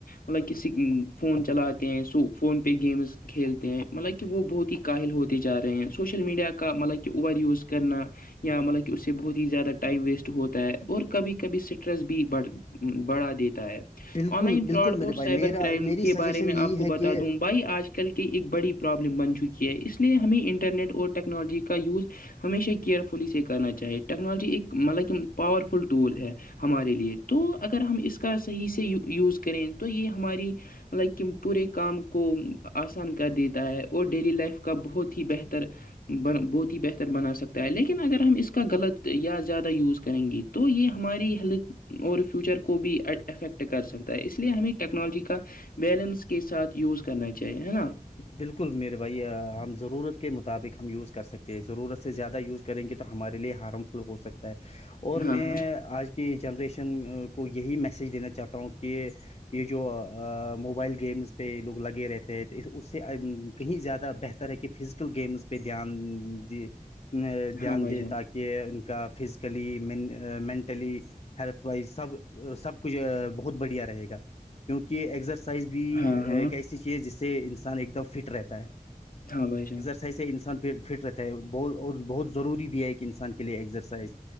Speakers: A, on the left; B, on the left.
A: مطلب کہ فون چلاتے ہیں سو فون پے گیمز کھیلتے ہیں مطلب کہ وہ بہت ہی کااہل ہوتے جا رہے ہیں سوشل میڈیا کا مطلب کہ اوور یوز کرنا یا مطلب کہ اس سے بہت ہی زیادہ ٹائم ویسٹ ہوتا ہے اور کبھی کبھی اسٹریس بھی بڑ بڑھا دیتا ہے
B: بالکل
A: آن لائن
B: بالکل
A: فراڈ
B: میرے
A: اور
B: بھائی
A: سائبر
B: میرا
A: کرائم
B: میری
A: کے
B: سجیشن
A: بارے
B: یہی
A: میں آپ کو
B: ہے
A: بتا
B: کہ
A: دوں بھائی آج کل کل کی ایک بڑی پرابلم بن چکی ہے اس لیے ہمیں انٹرنیٹ اور ٹیکنالوجی کا یوز ہمیشہ کیئرفلی سے کرنا چاہیے ٹیکنالوجی ایک مطلب کہ پاورفل ٹول ہے ہمارے لیے تو اگر ہم اس کا صحیح سےو یوز کریں تو یہ ہماری مطلب کہ پورے کام کو آسان کر دیتا ہے اور ڈیلی لائف کا بہت ہی بہتر ب بہت ہی بہتر بنا سکتا ہے لیک لیکن اگر ہم اس کا غلط یا زیادہ یوز کریں گے تو یہ ہماری ہیلتھ اور فیوچر کو بھی افیکٹ کر سکتا ہے اس لیے ہمیں ٹیکنالوجی کا بیلنس کے ساتھ یوز کرنا چاہیے ہے نا
B: بالکل میر بھائی ہم ضرورت کے مطابق ہم یوز کر سکتے ہیں ضرورت سے زیادہ یوز کریں گے تو ہمارے لیے ہارم فل ہو سکتا ہے اور
A: ہاں
B: میں
A: ہاں
B: آج کے کہ جنریشن کو یہی میسیج دینا چاہتا ہوں کہ یہ جو موبائل گیمس پہ یہ لوگ لگے رہتے ہیں اس سے کہیں زیادہ بہتر ہے کہ فزیکل گیمز پہ دھیان دی دھیان
A: ہاں بھائی
B: دے
A: جان
B: تاکہ ان کا فزیکلی مینٹلی ہیلتھ وائز سب سب کچھ بہت بڑھیا رہے گا کیونکہ ائز بھی
A: ہاں ہاں
B: ایک ایسی چیز جس سے انسان ایک دم فٹ رہتا ہے
A: ہاں بھائی جان
B: سائز سے انسان پھر فٹ رہتا ہے بہ اور بہت ضروری بھی ہے کہ انسان کے لیے ایگزرسائز